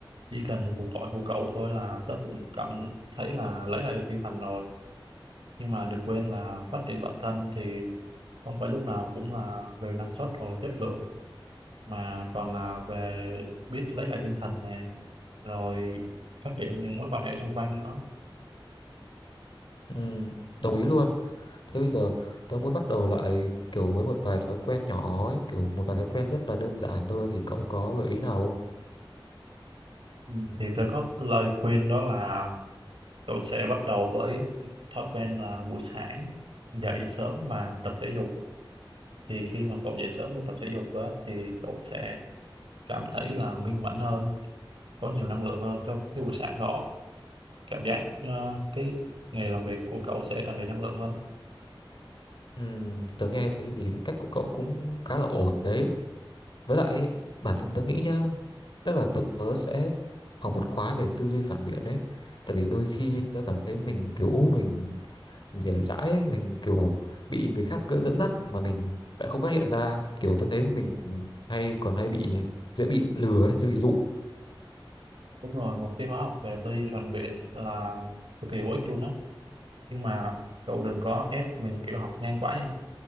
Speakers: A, on the right; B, on the left.
A: chỉ cần cuộc gọi của cậu thôi là tớ cũng cảm thấy là lấy lại được tinh thần rồi nhưng mà đừng quên là phát triển bản thân thì không phải lúc nào cũng là về năng suất hoặc là chất lượng mà còn là về biết lấy lại tinh thần này rồi phát triển những mối quan hệ xung quanh nữa
B: Ừm, đồng ý luôn thế bây giờ tớ muốn bắt đầu lại kiểu với một vài thói quen nhỏ ấy kiểu một vài thói quen rất là đơn giản thôi thì cậu có gợi ý nào không
A: Ừ, thì tôi có lời khuyên đó là cậu sẽ bắt đầu với thói quen là buổi sáng dậy sớm và tập thể dục thì khi mà cậu dậy sớm và tập thể dục á, thì cậu sẽ cảm thấy là minh mẫn hơn có nhiều năng lượng hơn cho cái buổi sáng đó cảm giác ờ, cái ngày làm việc của cậu sẽ tràn đầy năng lượng hơn
B: Ừm, tớ nghe thấy thì cái cách của cậu cũng khá là ổn đấy Với lại ấy, bản thân tớ nghĩ nhá, tức là tớ sẽ học một khóa về tư duy phản biện đấy, Tại vì đôi khi tớ cảm thấy mình kiểu mình dễ dãi, ấy, mình kiểu bị người khác cứ dẫn dắt mà mình lại không phát hiện ra. Kiểu tớ thấy mình hay còn hay bị dễ bị lừa ấy, dễ bị dụ.
A: đúng rồi một cái khóa học về tư duy phản biện là cực kỳ hữu ích luôn đó nhưng mà cậu đừng có ép mình kiểu học nhanh quá nha